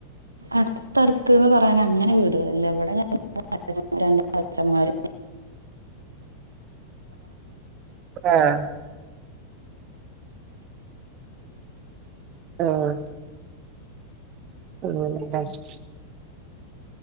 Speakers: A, on the right; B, on the right.
A: അട്ത്തട്ത്ത്ന്ന് പറയാന അങ്ങനെ വീടുകളില്ല ഇവിടെ ഞാ <unintelligible> രണ്ട് അച്ഛൻമാര്
B: ആഹ് ആഹ് <unintelligible>